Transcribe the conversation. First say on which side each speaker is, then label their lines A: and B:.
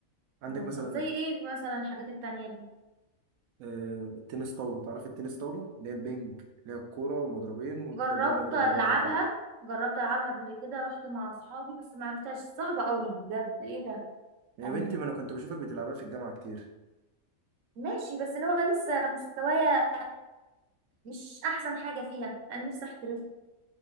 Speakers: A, on the right; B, on the right.
A: عندك
B: اه
A: مثلا
B: طب زي ايه مثلا الحاجات التانية دي
A: آه، التنس طاولة تعرف التنس طاولة اللي هي البنج اللي هي الكورة ومضربين ونفضل
B: جربت
A: بقى نضرب
B: العبها
A: لبعض كده
B: جربت العبها قبل كده رحت مع اصحابي بس ما عرفتهاش صعبه قوي بجد ايه ده
A: يا
B: يعني
A: بنتي ما أنا كنت بشوفك بتلعبها في الجامعة كتير
B: ماشي بس اللي هو لسه مستوايا مش احسن حاجه فيها انا نفسي احترف